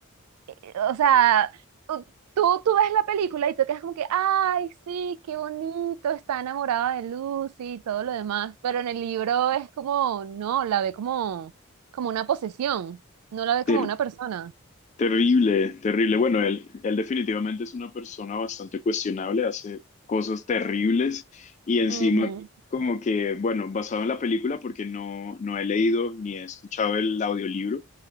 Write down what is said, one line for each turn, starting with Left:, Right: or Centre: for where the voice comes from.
Right: eh, o sea, u- tú, tú ves la película y tú quedas como que, ay, sí, qué bonito, está enamorada de Lucy y todo lo demás, pero en el libro es como, no, la ve como, como una posesión, no la ve
Left: Qué
Right: como una persona.
Left: Terrible, terrible. Bueno, él, él definitivamente es una persona bastante cuestionable, hace cosas terribles y encima
Right: Ujú,
Left: como que, bueno, basado en la película porque no, no he leído ni he escuchado el audiolibro,